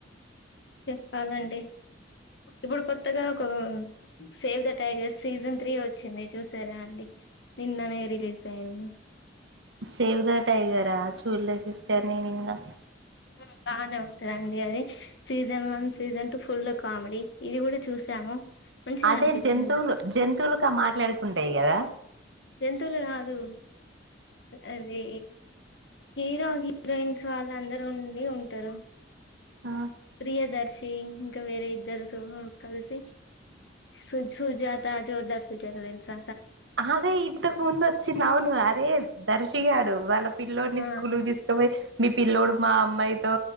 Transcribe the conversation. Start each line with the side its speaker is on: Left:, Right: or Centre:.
Left: చెప్పాలాండి ఇప్పుడు కొత్తగా ఒక save the tigers season three వచ్చింది చూసారా. నిన్ననే రిలీజ్ అయింది
Right: సేవ్ ద టైగరా చూల్లే సిస్టర్ నేను ఇంగా
Left: ఉ బానే ఉంటుందండి అది season one season two full comedy ఇది కూడా చూసాము. మంచిగా
Right: అదే
Left: అనిపించింది
Right: జంతువులు జంతువులుక మాట్లాడుకుంటాయి కదా.
Left: జంతువులు కాదు అదే హీరో హీరోయిన్స్ వాళ్ళందరూ ఉండి ఉంటారు
Right: ఆ
Left: ప్రియదర్శి ఇంకా వేరే ఇద్దరితో కలిసి <unintelligible> సుజాత జోర్దార్ సిటీ అంటే తెల్సా
Right: అదే ఇంతకు ముందు వచ్చింది అవును అరే దర్శిగాడు వాళ్ళ పిల్లోని
Left: ఆ
Right: స్కూల్ కి తీసుకో పొయ్ మీ పిల్లోడు మా అమ్మాయితో